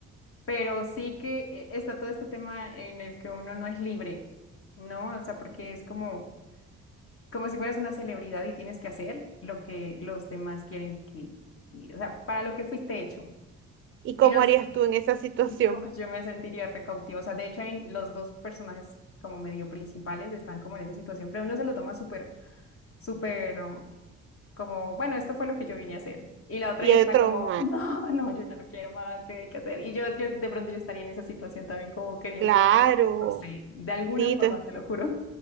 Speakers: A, on the left; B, on the right.
A: pero sí que eh, está todo este tema en el que uno no es libre, ¿no? O sea, porque es como, como si fueras una celebridad y tienes que hacer lo que los demás quieren que, y, o sea, para lo que fuiste hecho.
B: ¿Y cómo
A: Y no, s-
B: harías tú en esa situación?
A: no, yo me sentiría recautiva. O sea, de hecho, hay los dos personajes como medio principales están como en esa situación, pero uno se lo toma súper, súper como, bueno, esto fue lo que yo vine a hacer. Y la otra
B: Y
A: ya
B: el
A: está
B: tron
A: como, no, no, yo ya no quiero más, ¿qué hay que hacer? Y yo, yo de pronto yo estaría en esa situación también como queriendo,
B: Claro,
A: no sé, de alguna
B: sí,
A: forma, te lo juro.